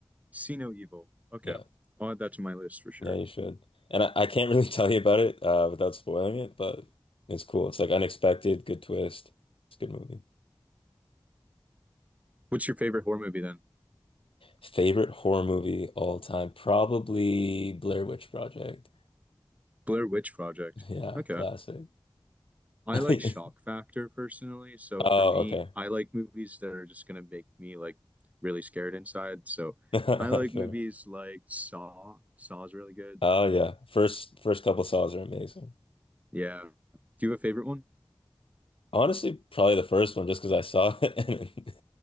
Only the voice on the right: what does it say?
See No Evil. Okay,
I'll add that to my list for sure.
What's your favorite horror movie then?
Blair Witch Project.
Okay.
I
like shock factor personally, so
for me,
I like movies that are just gonna make me like really scared inside. So
I like
movies like Saw. Saw is really good.
Yeah. Do you have a favorite one?